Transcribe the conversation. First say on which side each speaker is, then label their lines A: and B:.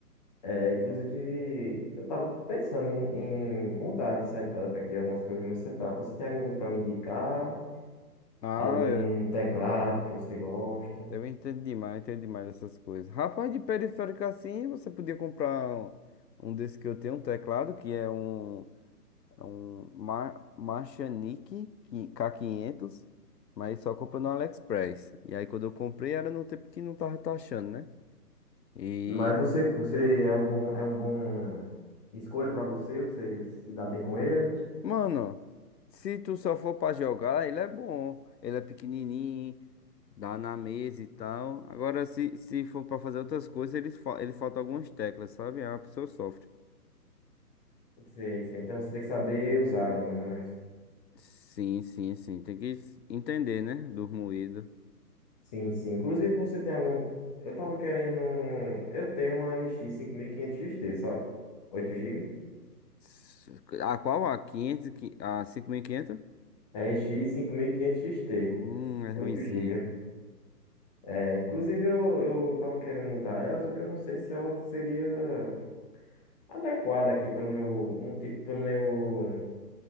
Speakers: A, on the left; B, on the left.
A: É, inclusive, eu estava pensando em, em mudar de setup aqui, algumas coisas no meu setup. Você tem alguma coisa para me indicar?
B: Ah,
A: Algum
B: é-
A: teclado que você gosta?
B: eu entendo demais, entendo demais essas coisas. Rapaz, de periférico assim, você podia comprar um, um desse que eu tenho, um teclado, que é um. É um Mar Marchanique qui- K500, mas só comprei no AliExpress. E aí quando eu comprei era no tempo que não tava taxando, né? E,
A: Mas você, você é um bom, é um bom escolha para você, você se dá bem com ele?
B: mano, se tu só for pra jogar, ele é bom. Ele é pequenininho, dá na mesa e tal. Agora, se, se for pra fazer outras coisas, ele, fa- ele falta algumas teclas, sabe? Aí a pessoa sofre.
A: Sei, sei. Então você tem que saber usar ali, mais ou menos.
B: Sim, sim, sim. Tem que s- entender, né? Do moído.
A: Sim, sim. Inclusive, você tem algum. Eu tava querendo. um- Eu tenho uma RX 5500 t sabe? 8 GB.
B: S- A qual? A 500, e qui- a 5.500?
A: RX 5500 t
B: Hum, é ruinzinha.
A: oito gigas É, inclusive, eu, eu tava querendo mudar ela, só que eu não sei se ela seria adequada aqui pelo meu, multi- pelo meu,